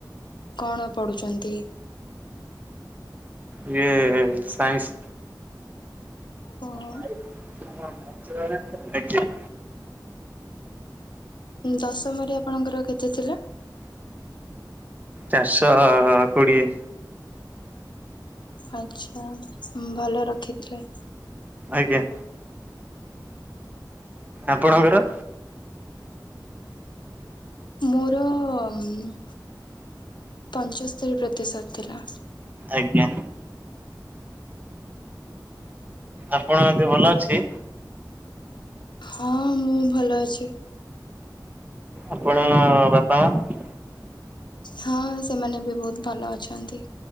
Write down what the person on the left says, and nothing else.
କଣ ପଢୁଚନ୍ତି?
ଓହୋ
ଦଶମରେ ଆପଣଙ୍କର କେତେ ଥିଲା?
ଆଚ୍ଛା ଭଲ ରଖିଥିଲେ।
ମୋରୋ ଉଁ ପଞ୍ଚସ୍ତୋରୀ ପ୍ରତିଶତ ଥିଲା।
ହଁ ମୁଁ ଭଲ ଅଛି।
ହଁ ସେମାନେ ବି ବୋହୁତ ଭଲ ଅଛନ୍ତି।